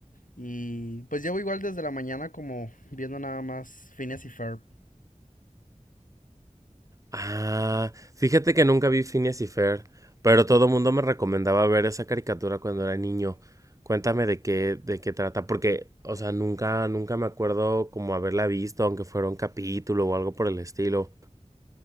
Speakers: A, on the left; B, on the right.
A: y pues llevo igual desde la mañana como viendo nada más Phineas y Ferb.
B: Ah, fíjate que nunca vi Phineas y Fer, pero todo mundo me recomendaba ver esa caricatura cuando era niño. Cuéntame de qué, de qué trata, porque, o sea, nunca, nunca me acuerdo como haberla visto, aunque fuera un capítulo o algo por el estilo.